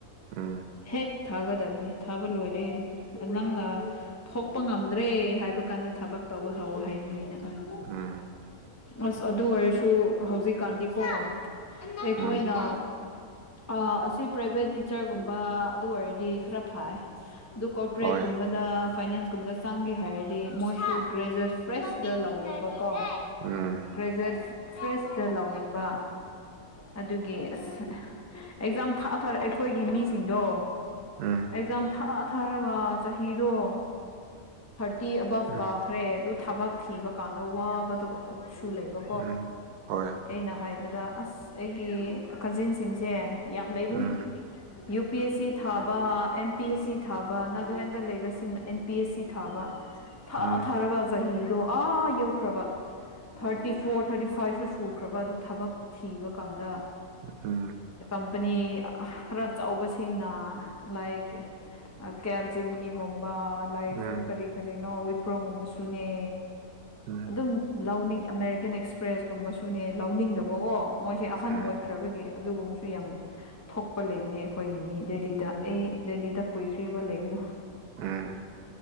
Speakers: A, on the right; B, on the left.
A: ꯎꯝ
B: ꯍꯦꯛ ꯊꯥꯒꯗꯕꯅꯤ ꯊꯥꯕ ꯂꯣꯏꯔꯦ ꯅꯪꯅ ꯊꯣꯛꯄ ꯉꯝꯗ꯭ꯔꯦ ꯍꯥꯏꯕ ꯀꯥꯟꯗ ꯊꯕꯛ ꯇꯧꯕ ꯍꯧ ꯍꯥꯏꯕꯅꯤ ꯑꯩꯅ
A: ꯎꯝ
B: ꯑꯁ ꯑꯗꯨ ꯑꯣꯏꯔꯁꯨ ꯍꯧꯖꯤꯛꯀꯥꯟꯗꯤꯀꯣ ꯑꯩꯀꯣꯏꯅ
A: ꯎꯝ
B: ꯑꯥ ꯑꯁꯤ ꯄ꯭ꯔꯥꯏꯚꯦꯠ ꯇꯤꯆꯔꯒꯨꯝꯕ ꯑꯗꯨ ꯑꯣꯏꯔꯗꯤ ꯈꯔ ꯐꯥꯏ ꯑꯗꯨ ꯀꯣꯔꯄꯣꯔꯦꯠꯒꯨꯝꯕꯗ
A: ꯍꯣꯏ
B: ꯐꯥꯏꯅꯥꯟꯁꯀꯨꯝꯕꯗ ꯆꯪꯒꯦ ꯍꯥꯏꯔꯠ ꯗꯤ ꯃꯣꯏꯁꯨ ꯒ꯭ꯔꯦꯖꯨꯋꯦꯠ ꯐ꯭ꯔꯦꯁꯇꯥ ꯂꯧꯅꯕꯀꯣ
A: ꯎꯝ
B: ꯒ꯭ꯔꯦꯖꯨꯋꯦꯠ ꯐ꯭ꯔꯦꯁ ꯇꯥ ꯂꯧꯅꯤꯡꯕ ꯑꯗꯨꯒꯤ ꯑꯁ ꯑꯦꯛꯖꯥꯝ ꯊꯥ ꯊꯥꯔ ꯑꯩꯈꯣꯏꯒꯤ ꯃꯤꯁꯤꯡꯗꯣ
A: ꯎꯝ
B: ꯑꯦꯛꯖꯥꯝ ꯊꯥ ꯊꯥꯔꯒꯥ ꯆꯍꯤꯗꯣ ꯇꯤ ꯑꯕꯥꯞ
A: ꯎꯝ
B: ꯀꯥꯈ꯭ꯔꯦ ꯑꯗꯨ ꯊꯕꯛ ꯊꯤꯕ ꯀꯥꯟꯗ ꯋꯥꯕꯗ ꯁꯨ ꯂꯩꯕ
A: ꯎꯝ ꯍꯣꯏ
B: ꯑꯩꯅ ꯍꯥꯏꯕꯗ ꯑꯁ ꯑꯩꯒꯤ ꯀꯥꯖꯤꯟꯁꯤꯡꯁꯦ ꯌꯥꯝ ꯂꯩꯕꯅꯤ
A: ꯎꯝ
B: ꯌꯨ ꯄꯤ ꯑꯦꯁ ꯁꯤ ꯊꯥꯕ ꯑꯦꯝ ꯄꯤ ꯑꯦꯁ ꯁꯤ ꯊꯥꯕ Nagaland ꯂꯩꯕꯁꯤꯡꯅ N P S C ꯊꯥꯕ ꯊꯥ
A: ꯎꯝ ꯎꯝ
B: ꯊꯥꯔꯒ ꯆꯍꯤꯗꯣ ꯑꯥ ꯌꯧꯈ꯭ꯔꯥꯕ ꯊꯥꯔꯇꯤ ꯐꯣꯔ ꯊꯥꯔꯇꯤ ꯐꯥꯏꯞꯁꯨ ꯁꯨꯈ꯭ꯔꯥꯕ ꯑꯗꯨ ꯊꯕꯛ ꯊꯤꯕ ꯀꯥꯟꯗ
A: ꯎꯝ ꯎꯝ
B: ꯀꯝꯄꯅꯤ ꯈꯔ ꯆꯧꯕꯁꯤꯡꯅ ꯂꯥꯏꯛ ꯑꯥ ꯀꯦꯞ ꯖꯤꯃꯤꯅꯤ ꯒꯨꯝꯕ ꯂꯥꯏꯛ
A: ꯎꯝ ꯎꯝ
B: ꯀꯔꯤ ꯀꯔꯤꯅꯣ ꯋꯤꯄ꯭ꯔꯣꯒꯨꯝꯕꯁꯨꯅꯦ
A: ꯎꯝ ꯎꯝ ꯎꯝ
B: ꯑꯗꯨꯝ ꯂꯧꯅꯤꯡ ꯑꯃꯦꯔꯤꯀꯦꯟ ꯑꯦꯛꯁꯄ꯭ꯔꯦꯁꯀꯨꯝꯕꯁꯨꯅꯦ ꯂꯧꯅꯤꯡꯗꯕꯒꯣ ꯃꯣꯏꯁꯦ ꯑꯍꯟ
A: ꯎꯝ ꯎꯝ
B: ꯑꯣꯏꯈ꯭ꯔꯥꯕꯒꯤ ꯑꯗꯨꯒꯨꯝꯕꯁꯨ ꯌꯥꯝ ꯊꯣꯛꯄ ꯂꯩꯕꯅꯦ ꯑꯩꯈꯣꯏꯒꯤ ꯃꯤ ꯗꯦꯂꯤꯗꯥ ꯑꯩ ꯗꯦꯜꯂꯤꯗꯥ ꯀꯨꯏꯈ꯭ꯔꯦꯕ ꯂꯩꯕꯗꯣ
A: ꯎꯝ